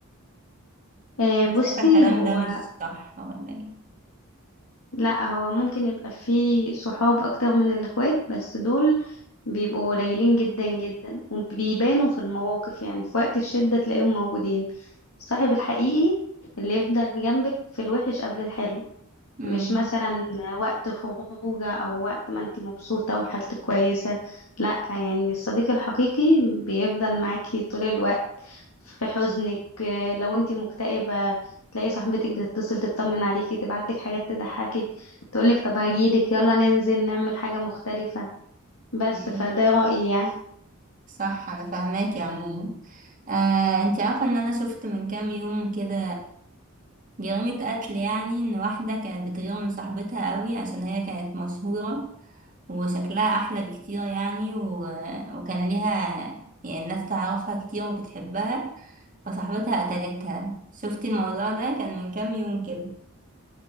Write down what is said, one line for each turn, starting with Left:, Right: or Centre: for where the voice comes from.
Left: آه، بصي
Right: شايفة الكلام
Left: هو
Right: ده مش صح ولا ايه
Left: لا هو ممكن يبقى فيه صحاب اكتر من الاخوات بس دول بيبقوا قليلين جدا جدا وبيبانوا في المواقف يعني في وقت الشده تلاقيهم موجودين الصاحب الحقيقي اللي يفضل جنبك في الوحش قبل الحلو
Right: امم
Left: مش مثلا وقت خروجه او وقت ما انت مبسوطة وحالتك كويسة لا يعني الصديق الحقيقي بيفضل معاكي طول الوقت في حزنك آه، لو انت مكتئبة تلاقي صاحبتك بتتصل تطمن عليكي تبعتلك حاجات تضحكك تقولك طب هجيلك يلا ننزل نعمل حاجة مختلفة بس
Right: امم
Left: فده رأيي يعني
Right: صح انا فاهماكي عموما آه انت عارفة ان انا شفت من كام يوم كده جريمة قتل يعني إن واحدة كانت بتغير من صاحبتها قوي عشان هي كانت مشهورة وشكلها أحلى بكتير يعني و... وكان ليها يعني الناس تعرفها كتير وبتحبها فصاحبتها قتلتها شفتي الموضوع ده كان من كام يوم كده